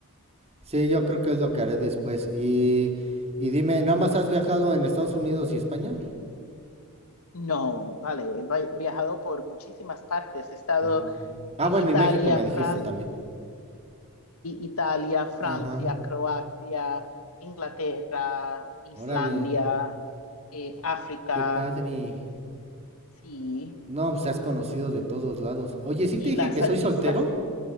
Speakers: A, on the right; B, on the left.
A: Sí, yo creo que es lo que haré después. Y, y dime, ¿nada más has viajado en Estados Unidos y España?
B: No, vale, he va- viajado por muchísimas partes, he estado
A: Ujú. Ah,
B: en
A: bueno,
B: Italia,
A: y México me dijiste
B: Francia,
A: también.
B: Italia, Francia,
A: Ajá.
B: Croacia, Inglaterra, Islandia,
A: Órale,
B: eh, África,
A: qué padre.
B: sí,
A: No, pues has conocido de todos lados. Oye, ¿sí
B: y
A: te dije
B: las
A: que soy soltero?
B: islas